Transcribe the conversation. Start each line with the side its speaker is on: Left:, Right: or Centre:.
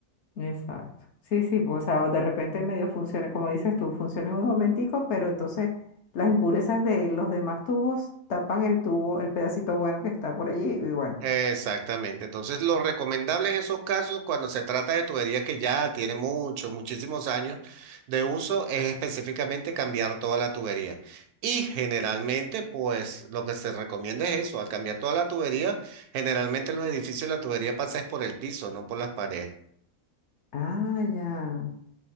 Left: Exacto. Sí, sí, pues, o sea, o de repente medio funciona, como dices tú, funciona en un momentico, pero entonces las impurezas de los demás tubos tapan el tubo, el pedacito bueno que está por allí, y bueno.
Right: Exactamente. Entonces, lo recomendable en esos casos, cuando se trata de tubería que ya tiene muchos, muchísimos años de uso, es específicamente cambiar toda la tubería. Y generalmente, pues lo que se recomienda es eso, al cambiar toda la tubería, generalmente en los edificios la tubería pasa es por el piso, no por las paredes.
Left: Ah, ya.